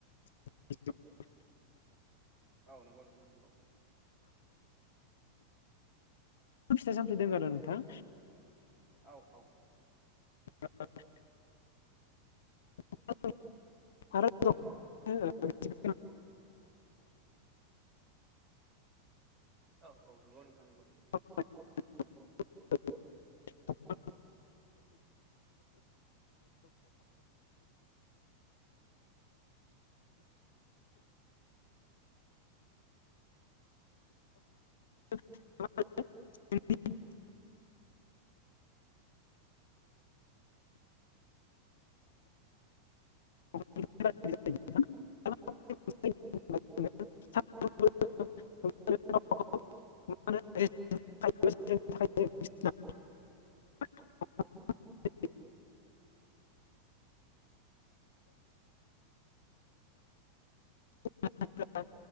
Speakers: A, on the left (about 60°); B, on the right (about 30°).
A: <inaudible>
B: औ नोंगौ नोंथां नंगौ।
A: फिथाइ सामथाइ दोङो आरो नोंथां।
B: औ औ।
A: <unintelligible> <unintelligible> <unintelligible>
B: औ औ नंगौ नोंथां नोंगौ।
A: <unintelligible> <unintelligible> <unintelligible> <unintelligible> <unintelligible> <unintelligible> <unintelligible>